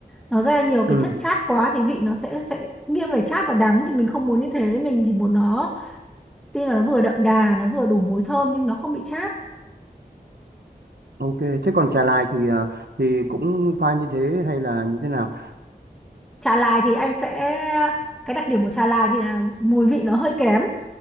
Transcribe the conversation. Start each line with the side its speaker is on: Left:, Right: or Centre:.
Centre: nó ra nhiều cái
Right: ừ,
Centre: chất chát quá thì vị nó sẽ sẽ nghiêng về chát và đắng thì mình không muốn như thế mình chỉ muốn nó tuy là nó vừa đậm đà nó vừa đủ mùi thơm nhưng nó không bị chát
Right: ok. Thế còn trà lài thì ờ, thì cũng pha như thế hay là như thế nào?
Centre: trà lài thì anh sẽ cái đặc điểm của trà lài thì là mùi vị nó hơi kém